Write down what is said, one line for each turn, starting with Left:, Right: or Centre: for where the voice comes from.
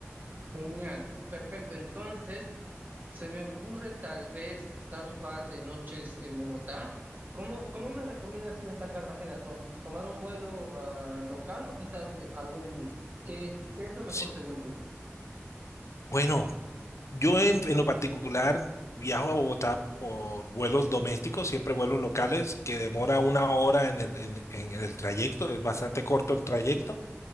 Right: Genial, perfecto. Entonces, se me ocurre tal vez estar un par de noches en Bogotá. ¿Cómo, cómo me recomiendas ir hasta Cartagena? To- ¿Tomar un vuelo ah, local o quizás eh, algún bus? ¿Qué, qué es lo mejor
Left: Sí.
Right: según tú?
Left: Bueno, yo en, en lo particular viajo a Bogotá por vuelos domésticos, siempre vuelos locales, que demora una hora en el, en en el trayecto, es bastante corto el trayecto.